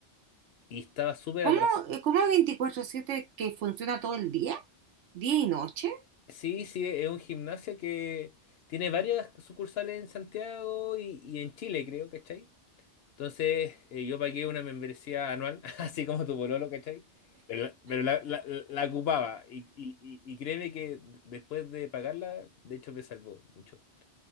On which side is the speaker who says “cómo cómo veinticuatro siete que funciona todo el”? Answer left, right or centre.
Right